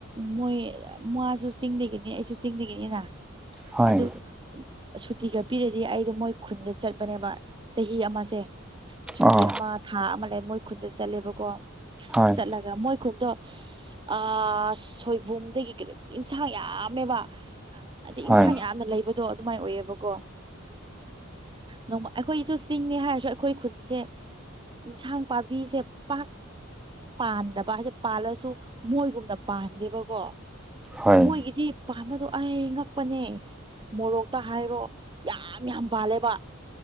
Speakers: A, on the right; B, in the centre.
A: ꯃꯣꯏ ꯃꯥꯁꯨ ꯆꯤꯡꯗꯒꯤꯅꯤ ꯑꯩꯁꯨ ꯆꯤꯡꯗꯒꯤꯅꯤꯅ
B: ꯍꯣꯏ
A: ꯑꯗ ꯁꯨꯇꯤꯒ ꯄꯤꯔꯗꯤ ꯑꯩꯗꯤ ꯃꯣꯏ ꯈꯨꯟꯗ ꯆꯠꯄꯅꯦꯕ ꯆꯍꯤ ꯑꯃꯁꯦ ꯁꯨꯇꯤ
B: ꯑꯥ
A: ꯑꯃ ꯊꯥ ꯑꯃ ꯂꯩ ꯃꯣꯏ ꯈꯨꯟꯗ ꯆꯠꯂꯦꯕꯀꯣ
B: ꯍꯣꯏ
A: ꯆꯠꯂꯒ ꯃꯣꯏ ꯈꯨꯟꯗꯣ ꯑ ꯁꯣꯏꯕꯨꯝꯗꯒꯤ ꯀꯩꯅꯣ ꯏꯟꯁꯥꯡ ꯌꯥꯝꯃꯦꯕ ꯑꯗꯩ
B: ꯍꯣꯏ
A: ꯏꯟꯁꯥꯡ ꯌꯥꯝꯅ ꯂꯩꯕ ꯑꯣ ꯑꯗꯨꯃꯥꯏꯅ ꯑꯣꯏꯌꯦꯕꯀꯣ ꯅꯣꯡꯃ ꯑꯩꯈꯣꯏꯁꯨ ꯆꯤꯡꯅꯤ ꯍꯥꯏꯔꯁꯨ ꯑꯩꯈꯣꯏ ꯁꯦ ꯏꯟꯁꯥꯡ ꯄꯥꯝꯕꯤꯁꯦ ꯄꯥꯛ ꯄꯥꯟꯗꯕ ꯍꯥꯏꯗꯤ ꯄꯥꯜꯂꯁꯨ ꯃꯣꯏꯒꯨꯝꯅ ꯄꯥꯟꯗꯦꯕꯀꯣ
B: ꯍꯣꯏ
A: ꯃꯣꯏꯒꯤꯗꯤ ꯄꯥꯝꯕꯗꯣ ꯑꯩ ꯉꯛꯄꯅꯦ ꯃꯣꯔꯣꯛꯇ ꯍꯥꯏꯔꯣ ꯌꯥꯝ ꯌꯥꯝ ꯕꯥꯜꯂꯦꯕ